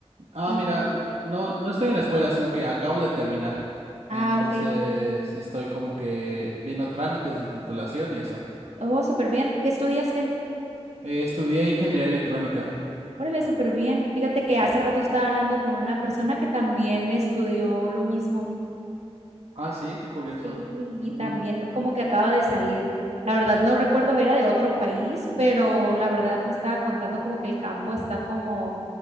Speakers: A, on the right (about 75°); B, on the right (about 80°).
A: Ah,
B: Sí.
A: mira, no, no estoy en la escuela, sino que acabo de terminar. Entonces,
B: Ah, ok.
A: estoy como que viendo trámites de titulación y eso.
B: Oh, súper bien. ¿Qué estudiaste?
A: Eh, estudié ingeniería electrónica.
B: Órale, súper bien. Fíjate que
A: Sí.
B: hace rato estaba hablando con una persona que también estudió lo mismo.
A: Ah, sí, qué curioso.
B: Sí, y
A: Ujú,
B: también como que acaba de salir. La verdad no recuerdo, era de otro país, pero la verdad me estaba contando como que el campo está como